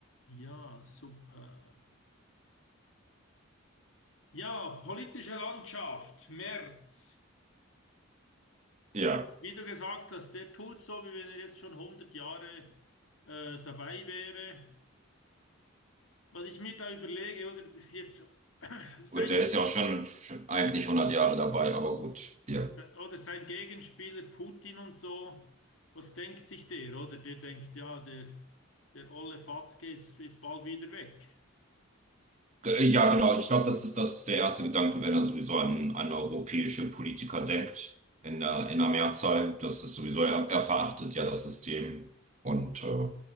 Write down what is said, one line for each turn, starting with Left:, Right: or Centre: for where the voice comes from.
Left: Ja, super. Ja, politische Landschaft, Merz.
Right: Ja,
Left: Wie du gesagt hast, der tut so, wie wenn er jetzt schon hundert Jahre äh, dabei wäre. Was ich mir da überlege, oder jetzt <clears throat> sein,
Right: gut, der ist ja auch schon eigentlich hundert Jahre dabei, aber gut. Ja,
Left: oder sein Gegenspieler Putin und so, was denkt sich der, oder? Der denkt, ja, der, der olle Fatzke ist, ist bald wieder weg.
Right: G- ja genau. Ich glaube, das ist, das ist der erste Gedanke, wenn er sowieso an, an europäische Politiker denkt, in der, in der Mehrzahl. Das ist sowieso, er, er verachtet ja das System. Und äh,